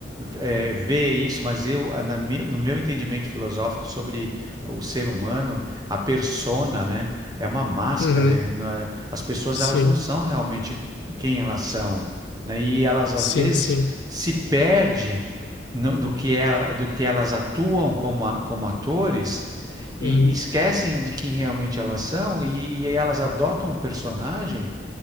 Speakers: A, on the right; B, on the left.
A: é, ver isso, mas eu, a- na me- no meu entendimento filosófico sobre o ser humano, a persona, né, é uma máscara.
B: Uhum.
A: é, não é- as pessoas
B: Sim.
A: elas não são realmente quem elas são, né, e elas
B: Sim,
A: às vezes
B: sim.
A: se perdem no, no que ela, do que elas atuam como, a- como atores e,
B: Uhum.
A: e esquecem de quem realmente elas são e, e elas adotam um personagem.